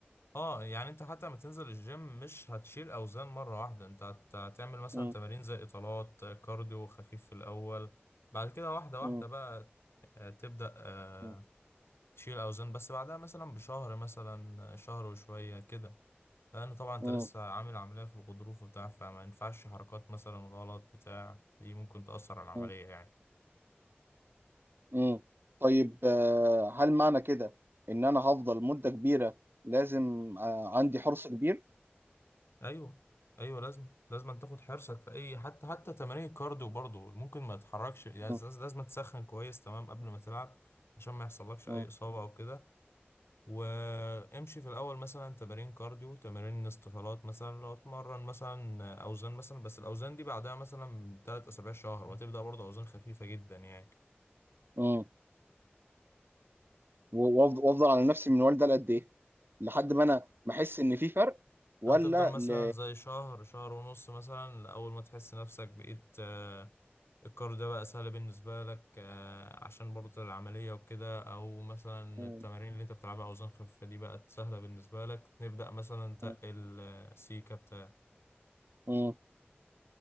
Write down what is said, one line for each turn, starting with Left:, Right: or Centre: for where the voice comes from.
Left: اه يعني انت حتى لما تنزل الجيم مش هتشيل أوزان مرة واحدة انت هت- هتعمل مثلا
Right: مم.
Left: تمارين زي إطالات كارديو خفيف في الأول بعد كده واحدة واحدة
Right: مم.
Left: بقى آه، تبدأ آه،
Right: مم.
Left: تشيل أوزان بس بعدها مثلا بشهر مثلا شهر وشوية كده لأن طبعا أنت
Right: مم.
Left: لسه عامل عملية في الغضروف وبتاع فما ينفعش حركات مثلا غلط بتاع دي ممكن تأثر على العملية
Right: مم.
Left: يعني
Right: مم. طيب آه، هل معنى كده ان انا هفضل مدة كبيرة لازم آه، عندي حرص كبير
Left: أيوه أيوه لازم لازم تاخد حرصك في أي حتى حتى تمارين الكارديو برضه ممكن ما تتحركش يعني لاز-
Right: مم.
Left: لازم تسخن كويس تمام قبل ما تلعب عشان ما يحصلكش
Right: مم.
Left: أي إصابة أو كده وامشي في الأول مثلا تمارين كارديو تمارين استطالات مثلا لو اتمرن مثلا أوزان مثلا بس الأوزان دي بعدها مثلا تلات أسابيع شهر وهتبدأ برضه أوزان خفيفة جدا يعني
Right: مم. و- وأفض- وافضل على نفسي من والده لقد ايه لحد ما انا ما احس ان في فرق ولا
Left: هتفضل مثلا
Right: ل
Left: زي شهر شهر ونص مثلا أول ما تحس نفسك بقيت آه، القرار ده بقى سهل بالنسبة لك آه، عشان برضه العملية وكده أو مثلا
Right: مم.
Left: التمارين اللي أنت بتلعبها أوزان خفيفة دي بقت سهلة بالنسبة لك نبدأ مثلا تقل
Right: مم.
Left: آه، سيكة بتاع
Right: مم.